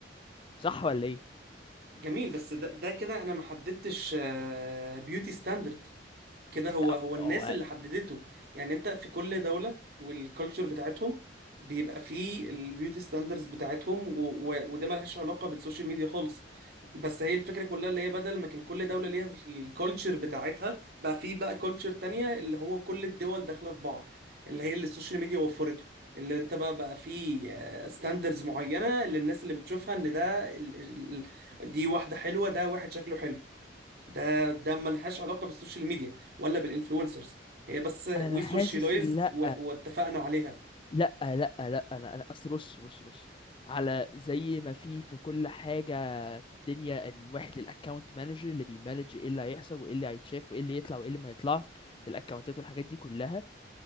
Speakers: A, on the left; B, on the right.
A: صح ولا ايه؟
B: جميل بس ده ده كده انا ما حددتش بيوتي ستاندرد كده هو
A: لا
B: هو الناس
A: هو
B: اللي حددته يعني انت في كل دولة والكالتشر بتاعتهم بيبقى فيه البيوتي ستاندرز بتاعتهم و... و... وده ملهاش علاقة بالسوشيال ميديا خالص بس هي الفكرة كلها اللي هي بدل ما كان كل دولة ليها الكالتشر بتاعتها بقى فيه بقى كالتشر تانية اللي هو كل الدول داخلة في بعض اللي هي اللي السوشيال ميديا وفرته اللي انت بقى بقى فيه ستاندرز معينة للناس اللي بتشوفها ان ده ال... ال... دي واحدة حلوة ده واحد شكله حلو ده ده ملهاش علاقة بالسوشيال ميديا ولا بالانفلونسرز هي بس
A: انا
B: وي
A: حاسس
B: سوشيالايزد
A: إن لا
B: واتفقنا عليها
A: لا لا لا انا انا اصل بص بص بص على زي ما في في كل حاجه في الدنيا إن الواحد الاكونت مانجر اللي بيمانج ايه اللي هيحصل وايه اللي هيتشاف وايه اللي يطلع وايه اللي ما يطلعش في الاكونتات والحاجات دي كلها